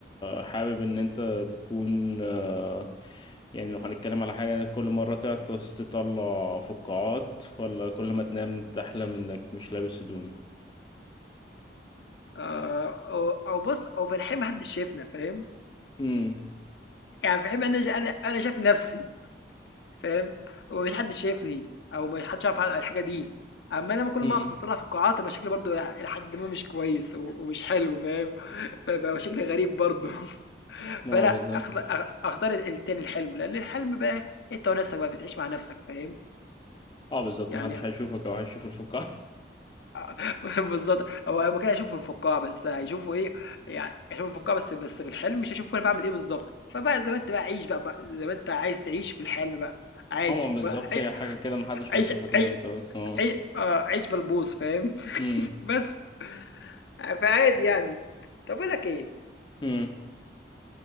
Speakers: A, on the left; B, on the left.
A: حابب ان انت تكون آه، يعني لو هنتكلم على حاجة كل مرة تعطس تطلع فقاعات ولا كل ما تنام تحلم انك مش لابس هدوم
B: آآ أو أو بُص أو في الحقيقة ما حدش شافنا فاهم،
A: هم،
B: يعني في الحقيقة أنا ش أنا أنا شايف نفسي. فاهم ومفيش حد شايفني او ما حدش عارف على الحاجه دي اما لما كل
A: هم.
B: ما اطلع في القاعات يبقى شكلي برضو الى حد ما مش كويس و- ومش حلو فاهم <laughs> فبقى شكلي غريب برضو <laughs>
A: اه
B: فلا
A: بالظبط
B: أخت- أخ- اختار التاني الحلم لان الحلم بقى انت ونفسك بقى بتعيش مع نفسك فاهم
A: اه بالظبط
B: يعني
A: محدش هيشوفك او هيشوف الفقاعة
B: <laughs> بالظبط هو ممكن اشوفه في القاع بس هيشوفه ايه يعني اشوفه في القاع بس بس في الحلم مش هشوفه انا بعمل ايه بالظبط فبقى زي ما انت بقى عيش بقى, بقى زي ما انت عايز تعيش في الحلم بقى عادي
A: هما بالظبط
B: بقى عي-
A: هي حاجة كده محدش
B: عيش
A: هيشوفك يعني
B: عيش
A: انت بس هو
B: عي... آه عيش بلبوص فاهم
A: مم.
B: <laughs> بس فعادي يعني طب اقول لك ايه
A: مم.